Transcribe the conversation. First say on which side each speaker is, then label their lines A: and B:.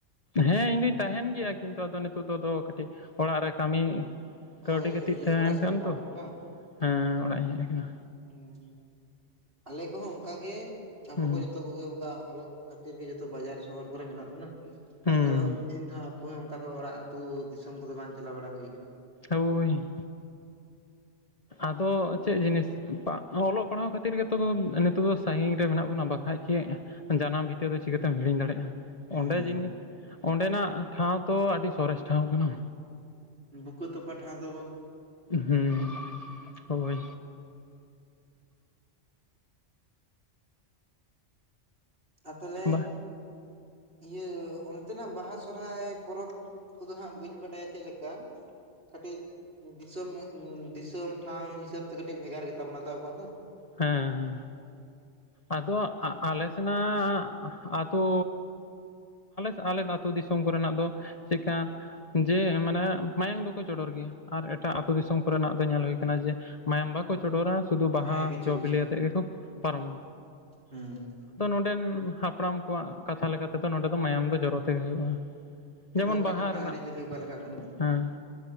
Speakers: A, on the left; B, on the right.
A: ᱦᱮᱸ ᱤᱧ ᱫᱩᱧ ᱛᱟᱦᱮᱸᱱ ᱜᱮᱭᱟ ᱠᱤᱱᱛᱩ ᱟᱫᱚ ᱱᱤᱛᱚᱜ ᱫᱚ ᱫᱚ ᱚᱲᱟᱜ ᱨᱮ ᱠᱟᱹᱴᱜ ᱚᱲᱟᱜ ᱨᱮ ᱠᱟᱹᱢᱤ ᱠᱟᱹᱣᱰᱤ
B: ᱦᱳᱭ
A: ᱠᱟᱹᱴᱤᱡ
B: ᱤᱭᱟᱹ
A: ᱛᱟᱦᱮᱱ
B: ᱚᱲᱟᱜ ᱥᱮᱫ
A: ᱠᱟᱱ
B: ᱮᱢ ᱪᱟᱞᱟᱣ
A: ᱛᱚ
B: ᱠᱟᱱᱟ
A: ᱦᱮᱸ ᱚᱲᱟᱜ ᱤᱧ ᱦᱮᱜ ᱠᱟᱱᱟ᱾
B: ᱦᱮᱸ ᱟᱞᱮ ᱠᱚᱦᱚᱸ ᱚᱝᱠᱟᱜ ᱜᱮ ᱟᱵᱚ
A: ᱦᱩᱸ
B: ᱠᱚ ᱡᱚᱛᱚ ᱠᱚᱜᱮ ᱚᱝᱠᱟ ᱚᱞᱚᱜ ᱠᱷᱟᱛᱤᱨ ᱜᱮ ᱡᱚᱛᱚ ᱵᱟᱡᱟᱨ ᱥᱚᱦᱚᱨ ᱠᱚᱨᱮ ᱢᱮᱱᱟᱜ ᱵᱚᱱᱟ
A: ᱦᱩᱸ
B: ᱟᱫᱚ ᱤᱧ ᱫᱚ ᱯᱚᱭ ᱚᱝᱠᱟ ᱫᱚ ᱚᱲᱟᱜ ᱟ. ᱛᱩ ᱫᱤᱥᱚᱢ ᱠᱚᱫᱚ ᱵᱟᱝ ᱪᱟᱞᱟᱣ ᱵᱟᱲᱟ ᱦᱩᱭ ᱟᱠᱟᱱᱟ
A: ᱦᱳᱭ ᱟᱫᱚ ᱪᱮᱫ ᱡᱤᱱᱤᱥ? ᱵᱟᱜ ᱚᱞᱚᱜ ᱯᱟᱲᱦᱟᱣ ᱠᱷᱟᱛᱤᱨ ᱜᱮᱛᱚ ᱠᱚ ᱱᱤᱛᱚᱜ ᱫᱚ ᱥᱟᱸᱜᱤᱧ ᱨᱮ ᱢᱮᱱᱟᱜ ᱵᱚᱱᱟ᱾ ᱵᱟᱠᱷᱟᱡ ᱪᱮᱫ? ᱡᱟᱱᱟᱢ ᱵᱷᱤᱛᱟᱹ ᱫᱚ ᱪᱤᱠᱟᱹᱛᱮᱢ ᱦᱤᱲᱤᱧ ᱫᱟᱲᱮᱜᱼᱟ
B: ᱦᱮᱸ
A: ᱚᱸᱰᱮ ᱡᱤᱱᱤ ᱚᱸᱰᱮᱱᱟᱜ ᱴᱷᱟᱶ ᱛᱚ ᱟᱰᱤ ᱥᱚᱨᱮᱥ ᱴᱷᱟᱶ ᱠᱟᱱᱟ
B: ᱵᱩᱠᱟᱹ ᱛᱚᱯᱟ ᱴᱷᱟᱶ ᱫᱚ ᱵᱚᱝ
A: ᱦᱩᱸᱻ ᱦᱳᱭ
B: ᱟ ᱛᱟᱞᱦᱮ
A: ᱵᱟ
B: ᱤᱭᱟᱹ ᱚᱱᱛᱮᱱᱟᱜ ᱵᱟᱦᱟ ᱥᱚᱨᱦᱟᱭ ᱯᱚᱨᱚᱵᱽ ᱠᱚᱫᱚ ᱦᱟᱸᱜ ᱵᱟᱹᱧ ᱵᱟᱰᱟᱭᱟ᱾ ᱪᱮᱫ ᱞᱮᱠᱟ? ᱠᱟᱹᱴᱤᱡ ᱫᱤᱥᱚᱢ ᱩᱸ ᱫᱤᱥᱳᱢ ᱴᱷᱟᱶ ᱦᱤᱥᱟᱹᱵᱽ ᱛᱮ ᱠᱟᱹᱴᱤᱡ ᱵᱷᱮᱜᱟᱨ ᱜᱮ ᱛᱟᱵᱚᱱᱟ ᱛᱚ ᱟᱵᱚᱱᱟᱜ ᱫᱚ
A: ᱦᱮᱸᱦᱮᱸ ᱟ ᱟᱞᱮ ᱥᱮᱱᱟᱜ ᱟ ᱟᱛᱚ ᱟᱞᱮ ᱟᱹᱛᱩ ᱫᱤᱥᱚᱢ ᱠᱚᱨᱮᱱᱟᱜ ᱫᱚ ᱪᱤᱠᱟ ᱡᱮ ᱢᱟᱱᱮ ᱢᱟᱭᱟᱝ ᱫᱚᱠᱚ ᱪᱚᱰᱚᱨ ᱜᱮᱭᱟ ᱟᱨ ᱮᱴᱟᱜ ᱟᱹᱛᱩ ᱫᱤᱥᱚᱢ ᱠᱚᱨᱮ ᱱᱟᱜ ᱫᱚ ᱧᱮᱞ ᱦᱩᱭ ᱠᱟᱱᱟ ᱡᱮ ᱢᱟᱭᱟᱢ ᱵᱟᱠᱚ ᱪᱚᱰᱚᱨᱟ ᱥᱩᱫᱷᱩ ᱵᱟᱦᱟ
B: ᱦᱮᱸ ᱠᱤᱪᱷᱩ
A: ᱡᱚ
B: ᱠᱤᱪᱷᱩ
A: ᱵᱤᱞᱤ ᱟᱛᱮ ᱜᱮᱠᱚ ᱯᱟᱨᱚᱢᱟ
B: ᱦᱮᱸ
A: ᱩᱸ ᱦᱟᱯᱲᱟᱢ ᱠᱚᱣᱟᱜ ᱠᱟᱛᱷᱟ ᱞᱮᱠᱟᱛᱮᱫᱚ ᱱᱚᱰᱮ ᱫᱚ ᱢᱟᱭᱟᱢ ᱫᱚ ᱡᱚᱨᱚ ᱛᱮᱜᱮ ᱦᱩᱭᱩᱜᱼᱟ ᱡᱮᱢᱚᱱ
B: ᱚᱠᱟ
A: ᱵᱟᱦᱟ
B: ᱴᱷᱮᱱᱟᱜ
A: ᱨᱮᱱᱟᱜ
B: ᱟᱹᱨᱤᱪᱟᱹᱞᱤ ᱚᱠᱟᱞᱮᱠᱟ ᱠᱟᱱᱟ?
A: ᱦᱮᱸ